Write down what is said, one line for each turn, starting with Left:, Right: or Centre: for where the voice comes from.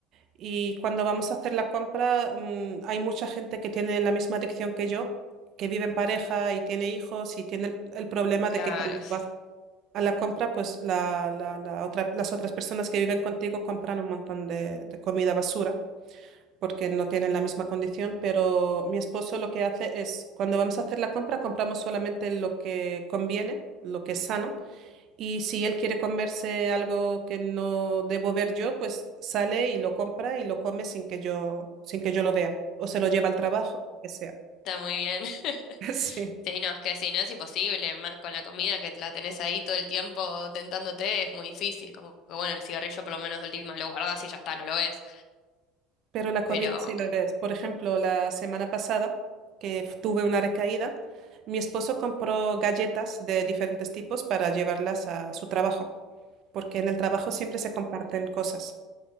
Right: y cuando vamos a hacer la compra, mm, hay mucha gente que tiene la misma adicción que yo, que vive en pareja y tiene hijos y tiene el, el problema
Left: Claro,
Right: de que cuando
Left: <laughs>
Right: vas a la compra, pues la, la- la otra- las otras personas que viven contigo compran un montón de, de comida basura porque no tienen la misma condición, pero mi esposo lo que hace es, cuando vamos a hacer la compra, compramos solamente lo que conviene, lo que es sano y si él quiere comerse algo que no debo ver yo, pues sale y lo compra y lo come sin que yo, sin que yo lo vea. O se lo lleva al trabajo, lo que sea.
Left: está muy bien. <laughs>
Right: <laughs> Sí.
Left: Sí, no, es que si no es imposible, ma- con la comida que la tenés ahí todo el tiempo tentándote es muy difícil, como que bueno, el cigarrillo por lo menos de última lo guardás y ya está, no lo ves,
Right: Pero la comida
Left: pero
Right: sí la ves. Por ejemplo, la semana pasada, que f- tuve una recaída, mi esposo compró galletas de diferentes tipos para llevarlas a su trabajo, porque en el trabajo siempre se comparten cosas.